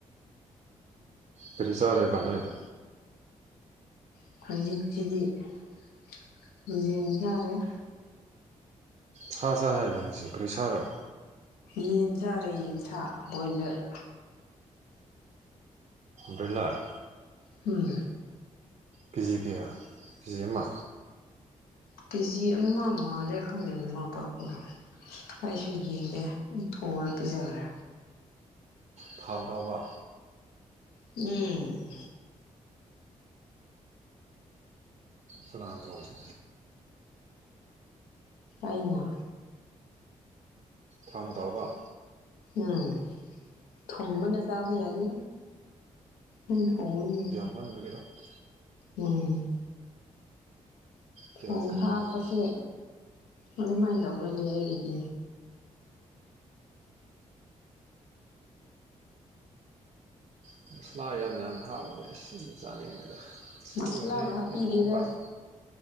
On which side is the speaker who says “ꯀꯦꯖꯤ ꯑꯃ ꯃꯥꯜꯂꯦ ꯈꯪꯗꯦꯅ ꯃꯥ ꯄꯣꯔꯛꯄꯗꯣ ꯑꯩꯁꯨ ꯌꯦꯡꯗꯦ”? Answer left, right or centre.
Left